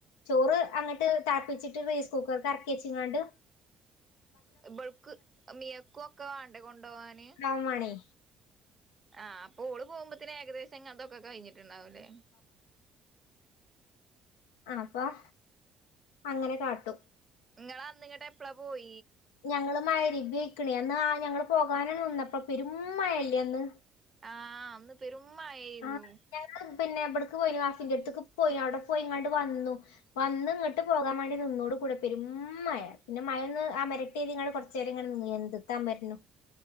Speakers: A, on the left; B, on the right.
A: ചോറ് അങ്ങട്ട് തളപ്പിച്ചിട്ട് റേയ്സ് കുക്കർക്ക് എർക്കി വച്ചാകാണ്ട്
B: ഇബൾക്ക് മിയക്കൊക്കെ വാണ്ടേ കൊണ്ടവാന്
A: ആവാൻ വേണേ
B: ആ അപ്പോ ഓള് പോകുമ്പോത്തിന് ഏകദേശം അതൊക്കെ കഴിഞ്ഞി ണ്ടാവൂലേ
A: അപ്പം അങ്ങനെ കാട്ടും
B: നിങ്ങള് അന്ന്ങ്ങട്ട് എപ്പളാ പോയി
A: ഞങ്ങള് മഗ്‌രിബയ്ക്കണേ അന്ന് ആ ഞങ്ങള് പോകാനാണ് നിന്നപ്പോ പെരും മഴല്ലേ അന്ന്
B: ആ അന്ന് പെരും മഴയ്ന്നു
A: ആഹ് ഞങ്ങള് പിന്നെ ഇപട്ക്ക് പോയിനു ആഫിന്റെയടുത്തേക്ക് പോയിന്നു അവിടെ പോയി കാണ്ട് വന്നു. വന്ന് ഇങ്ങോട്ട് പോകാൻ വേണ്ടി നിന്നോട് കൂടെ പെരും മഴ പിന്നെ മഴൊന്ന് അമരട്ടേതികാണ്ട് കുറച്ചേരം ഇങ്ങനെ നിന്നു എന്ത്ത്ത് അമരരുന്നു